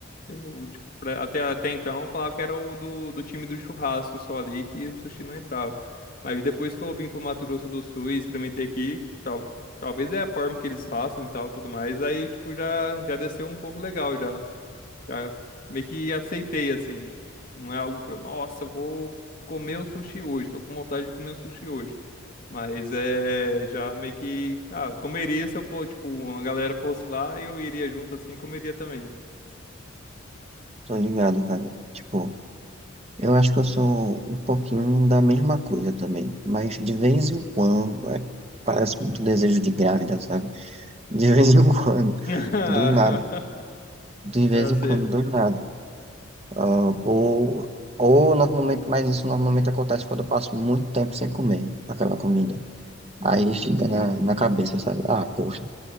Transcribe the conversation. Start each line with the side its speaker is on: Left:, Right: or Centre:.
Left: Eu, tipo, pra- até, até então eu falava que era o do, do time do churrasco só ali, que o sushi não entrava. Mas depois que eu vim pro Mato Grosso do Sul e experimentei aqui, tal, talvez é a forma que eles façam e tal, tudo mais, aí, tipo, já, já desceu um pouco legal já. Já meio que aceitei, assim. Não é algo que eu, nossa, eu vou comer um sushi hoje, tô com vontade de comer um sushi hoje. Mas é, já meio que, ah, eu comeria se eu for, tipo, uma galera fosse lá, eu iria junto assim, e comeria também.
Right: Tô ligado, cara. Tipo. Eu acho que eu sou um pouquinho da mesma coisa também, mas de vez em quando, é, parece muito desejo de grávida, sabe? <laughs> De vez em <laughs> quando,
Left: <laughs>
Right: do nada, de vez
Left: Ah,
Right: em
Left: sei.
Right: quando, do nada. Ah, ou, ou normalmente, mas isso normalmente acontece quando eu passo muito tempo sem comer aquela comida. Aí fica na, na cabeça, sabe? Ah, poxa,